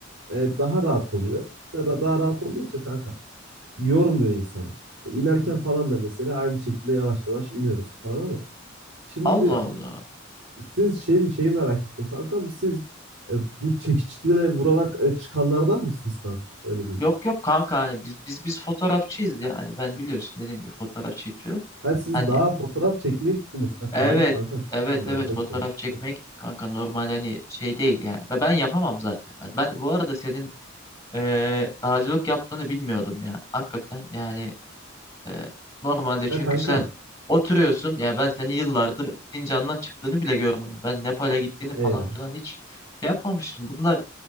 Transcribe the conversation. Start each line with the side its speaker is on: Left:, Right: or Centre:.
Right: E, daha rahat oluyor. Daha, daha rahat olduğu için kanka yormuyor insanı. E, inerken
Left: Hmm.
Right: falan da mesela aynı şekilde yavaş yavaş iniyoruz falan ama şimdi
Left: Allah Allah.
Right: siz şey mi şeyi merak ettim kankam siz e, bu çekiçle vurarak e, çıkanlardan mısınız kanka? Öyle değil
Left: Yok yok kanka hani biz biz biz fotoğrafçıyız yani. Ben biliyorsun dediğim gibi fotoğraf çekiyor.
Right: Ha siz
Left: Hani
Right: daha fotoğraf çekmeye gittiniz. Ha
Left: evet
Right: tamam kankam şimdi
Left: evet
Right: oldu.
Left: evet
Right: Okey.
Left: fotoğraf çekmeye
Right: Okey.
Left: gittik kanka normal hani şey değil yani. Ve Ben yapamam zaten. Hani Ben bu arada senin e, dağcılık yaptığını bilmiyordum ya. Hakikaten yani e, normalde
Right: Ya
Left: çünkü
Right: kankam
Left: sen oturuyorsun ya ben seni yıllardır Sincan'dan çıktığını bile görmedim. Ben Nepal'e gittiğini falan
Right: eyvallah.
Left: filan hiç şey yapmamıştım. Bunlar